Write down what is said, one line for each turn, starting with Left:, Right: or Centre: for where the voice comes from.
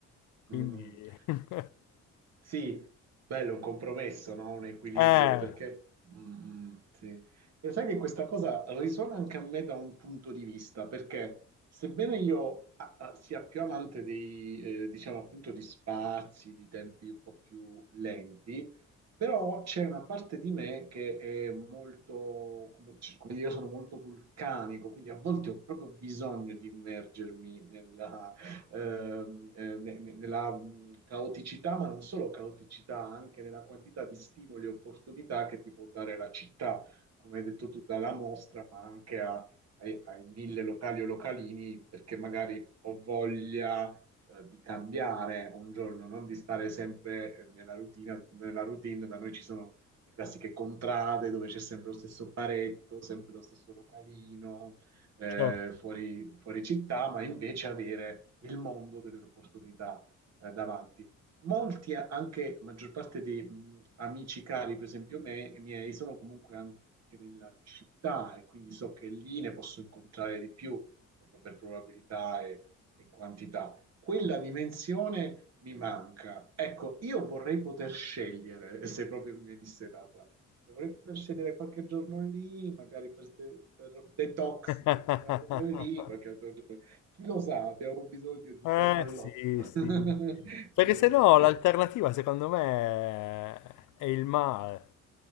Left: Quindi...
Right: Mm, mm.
Left: <laughs>
Right: Sì, bello, un compromesso, no? Un equilibrio,
Left: Eh,
Right: perché... Mm, mm, sì. E sai che questa cosa risuona anche a me da un punto di vista, perché sebbene io ah, ah, sia più amante dei, eh, diciamo appunto, di spazi, di tempi un po' più lenti, però c'è una parte di me che è molto, come, come dire, io sono molto vulcanico, quindi a volte ho proprio bisogno di immergermi nella ehm, eh, ne- ne- nella mh, caoticità, ma non solo caoticità, anche nella quantità di stimoli e opportunità che ti può dare la città, come hai detto tu, dalla mostra, ma anche a- ai, ai mille locali o localini, perché magari ho voglia eh, di cambiare un giorno, non di stare sempre eh, nella routine, nella routine. Da noi ci sono le classiche contrade dove c'è sempre lo stesso paretto, sempre lo stesso localino, eh,
Left: certo.
Right: fuori, fuori città, ma invece avere il mondo delle opportunità eh, davanti. Molti, anche maggior parte dei mh, amici cari, per esempio me, miei, sono comunque anche nella città e quindi so che lì ne posso incontrare di più proprio per probabilità e, e quantità. Quella dimensione mi manca. Ecco, io vorrei poter scegliere <laughs> se proprio mi venisse data Dovrei poter scegliere qualche giorno lì, magari per, per detox,
Left: <laughs>
Right: per quella cosa lì, qualche altro giorno. Chi lo sa, abbiamo bisogno di interno
Left: Eh
Right: all'otto,
Left: sì, sì.
Right: <laughs>
Left: Perché
Right: come si
Left: se
Right: dice.
Left: no l'alternativa secondo me è il mare.